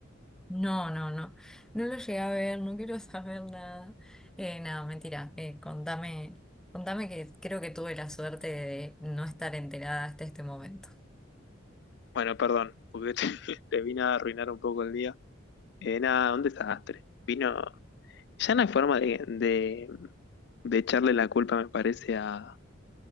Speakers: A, in the centre; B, on the left.
A: No, no, no, no lo llegué a ver, no quiero saber nada. Eh, nada, mentira, eh, contame, contame que creo que tuve la suerte de no estar enterada hasta este momento.
B: Bueno, perdón, porque te, <laughs> te vine a arruinar un poco el día. Eh, nada, un desastre. Vino, ya no hay forma de, de, de echarle la culpa, me parece, a,